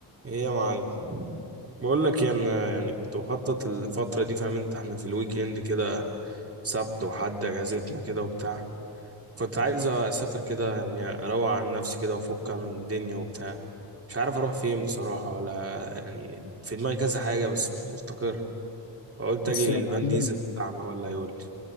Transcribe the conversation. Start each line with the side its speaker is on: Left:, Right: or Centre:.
Right: ايه يا معلم بقول لك إيه، انا يعني كنت بخطط الفتره دي فاهم انت احنا في الويك اند كده سبت وحد اجازتنا كده وبتاع كنت عايز اسافر كده يعني اروق عن نفسي كده وافك عن الدنيا وبتاع مش عارف اروح فين بصراحه ولا يعني في دماغي كذا حاجه بس مش مستقر فقلت
Left: بص
Right: اجي
Left: يا
Right: للفان
Left: معلم
Right: ديزل بتاعنا ولا يقول لي